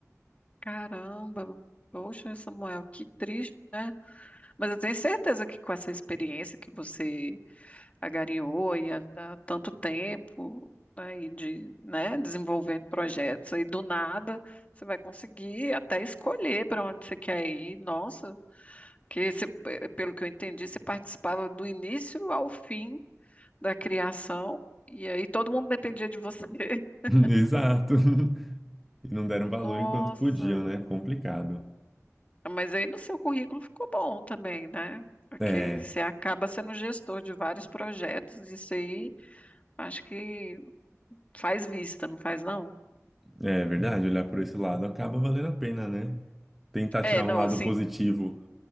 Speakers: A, on the left (about 25°); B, in the centre.
A: Caramba, poxa, Samuel, que triste, né? Mas eu tenho certeza que com essa experiência que você agariou aí há, há tanto tempo, aí de, né, desenvolvendo projetos, aí do nada você vai conseguir até escolher para onde você quer ir. Nossa, que você, pe- pelo que eu entendi, você participava do início ao fim da criação, e aí todo mundo dependia de você. <laughs>
B: <laughs> Exato. E não deram
A: Nossa.
B: valor enquanto podiam, né? Complicado.
A: Mas aí no seu currículo ficou bom também, né? Porque
B: É,
A: você acaba sendo gestor de vários projetos, isso aí acho que faz vista, não faz não?
B: é verdade, olhar por esse lado acaba valendo a pena, né? Tentar
A: É,
B: tirar
A: não,
B: um lado
A: assim,
B: positivo.